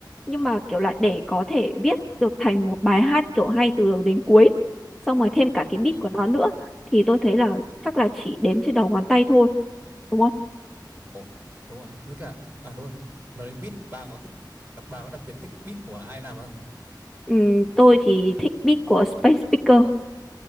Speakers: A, in the centre; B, on the right.
A: nhưng mà kiểu là để có thể viết được thành một bài hát kiểu hay từ đầu đến cuối xong rồi thêm cả cái beat
B: ừm,
A: của nó nữa thì tôi thấy là chắc là chỉ đếm trên đầu ngón tay thôi đúng không
B: ồ, đúng rồi, với cả à, đúng rồi, nói đến beat, bà có thích bà có đặc biệt thích beat của ai làm không?
A: ừ, tôi chỉ thích beat của Space Speaker